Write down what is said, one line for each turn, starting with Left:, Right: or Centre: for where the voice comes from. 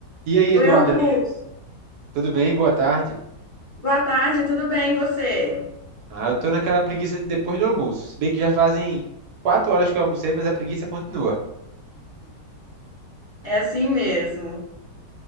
Right: E aí,
Left: Oi,
Right: Eduarda,
Left: Augusto.
Right: tudo bem? Boa tarde.
Left: Boa tarde, tudo bem, e você?
Right: Ah, eu tô naquela preguiça de depois do almoço. Se bem que já fazem quatro horas que eu almocei, mas a preguiça continua.
Left: É assim mesmo.